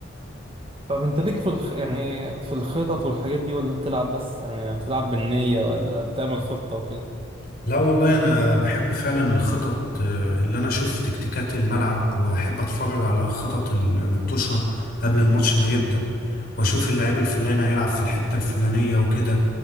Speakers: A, on the right; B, on the left.
A: طب انت ليك في الخ... يعني في الخطط والحاجات دي ولا بتلعب بس يعني بتلعب بالنية ولا بتعمل خطة وكده
B: لا والله انا بحب فعلا الخطط آه، اللي انا اشوف تكتيكات الملعب واحب اتفرج على خطط المطوشة قبل الماتش ما يبدأ واشوف اللاعب الفلاني هيلعب في الحتة الفلانية وكده